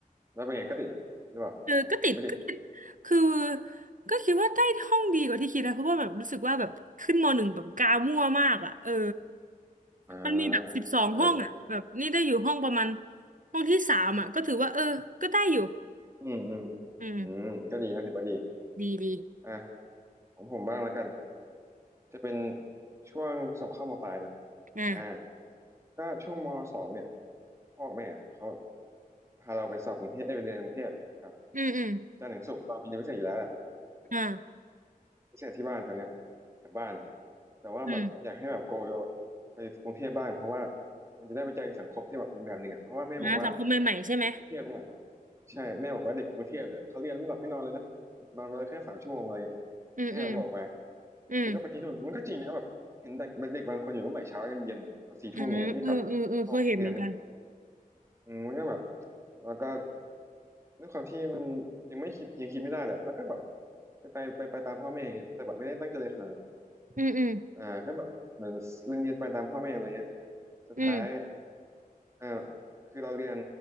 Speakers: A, on the right (about 20°); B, on the right (about 60°).
A: แล้วเป็นไงก็ติด หรือเปล่าหรือไม่ติด
B: เออก็ติดก็ติดคือก็คิดว่าได้ห้องดีกว่าที่คิดนะเพราะว่าแบบรู้สึกว่าแบบขึ้นมหนึ่งแบบกามั่วมากอ่ะเออ
A: อ่า
B: มันมีแบบสิบสองห้องอ่ะแบบนี่ได้อยู่ห้องประมาณ
A: เออ
B: ห้องที่สามอ่ะก็ถือว่าเออก็ได้อยู่
A: อืมอืม
B: อืม
A: อืมก็ดีนะถือว่าดี
B: ดีดี
A: อ่ะของผมบ้างแล้วกัน จะเป็นช่วงสอบเข้ามปลายนะ
B: อ่า
A: อ่าก็ช่วงมสองเนี่ยพ่อกับแม่เขาพาเราไปสอบกรุงเทพได้ยไปเรียนกรุงเทพครับ
B: อืมอืม
A: จันทร์ถึงศุกร์เรามีเรียนพิเศษอยู่แล้วแหละ
B: อ่า
A: ไม่ใช่ที่บ้านแถวเนี้ยแถวบ้านแต่ว่าแบบอยากให้แบบโก
B: อืม
A: ไปกรุงเทพบ้างเพราะว่ามันจะได้ไปเจอสังคมที่แบบอีกแบบหนึ่งอ่ะเพราะว่าแม่บอกว่า
B: นะสังคมใหม่ๆใช่ไหม
A: กกรุงเทพเนี่ยใช่แม่บอกว่าเด็กกรุงเทพเดี๋ยวเขาเรียนไม่หลับไม่นอนเลยนะนอนมาเลยแค่สามชั่วโมงอะไรเงี้ย
B: อืมอืม
A: แม่บอกมา
B: อืม
A: มันก็ไปที่นู่นมันก็จริงนะแบบเห็นเด็กเด็กบางคนอยู่ตั้งแต่เช้ายันเย็นแบบสี่ทุ่มเนี้ยไม่กลับห้องเรียน
B: อ่าเออเออเออเคยเห็นเหมือนกัน
A: อืมมันก็แบบแล้วก็ด้วยความที่มันยังไม่คิดยังคิดไม่ได้แหละแล้วก็แบบไปไปไปไปตามพ่อแม่อย่างเงี้ยแต่แบบไม่ได้ตั้งใจเลยนขนาดนั้น
B: อืมอืม
A: อ่าก็แบบเหมือนเรียนเรียนไปตามพ่อแม่อะไรเงี้ยสุดท้าย
B: อืม
A: อ่าคือเราเรียน